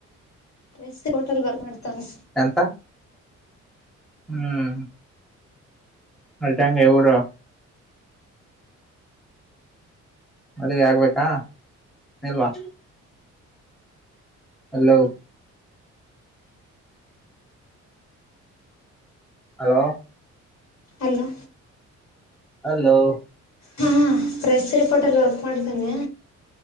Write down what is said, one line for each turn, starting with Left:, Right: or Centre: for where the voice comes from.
Left: ರಸ್ ಹೋಟಲ್ ಬರ್ ಮಾಡ್ತನ್
Centre: ಎಂತ ಹ್ಮ್ ಅಟಂಗ ಎವಡು ಮದ್ುವೆ ಆಗ್ಬೇಕಾ ಇಲ್ವಾ ಹಲೋ ಹಲೋ
Left: ಅಲೋ
Centre: ಹಲೋ
Left: ಹಾಞ ಪ್ರೆಸ್ ರಿಪೋರ್ಟಲ್ಲಿ ವರ್ಕ್ ಮಾಡ್ಿದ್ದಾನೆ